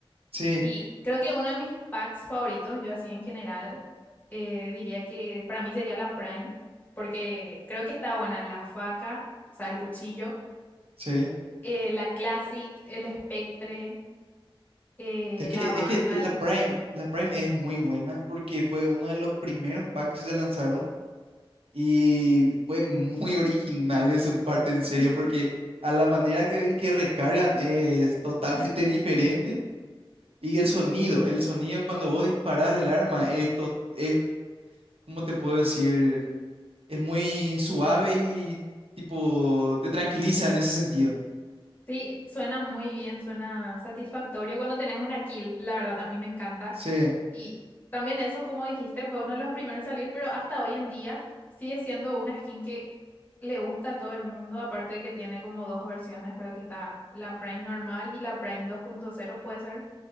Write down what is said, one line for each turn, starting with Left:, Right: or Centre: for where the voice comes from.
Right: Sí,
Left: Y creo que uno de mis packs favoritos, yo así en general, eh, diría que para mí sería la Prime, porque creo que está buena la faca, o sea, el cuchillo,
Right: sí.
Left: eh, la Classic, el Spectre, eh,
Right: Es que,
Left: la Vandal.
Right: es que la Prime, la Prime es muy buena porque fue uno de los primeros packs que se lanzaron Y fue muy <laughs> original de su parte, en
Left: <laughs>
Right: serio, porque a la manera que ven que recargan es totalmente <laughs> diferente. Y el sonido, el sonido cuando vos disparás el arma, esto es, ¿cómo te puedo decir? Es muy suave y tipo te tranquiliza en ese sentido.
Left: Sí, suena muy bien, suena satisfactorio cuando tenés una kill, la verdad, a mí me encanta.
Right: Sí,
Left: Y también eso, como dijiste, fue uno de los primeros en salir, pero hasta hoy en día sigue siendo una skin que le gusta a todo el mundo, aparte de que tiene como dos versiones, creo que está la Prime normal y la Prime dos punto cero puede ser.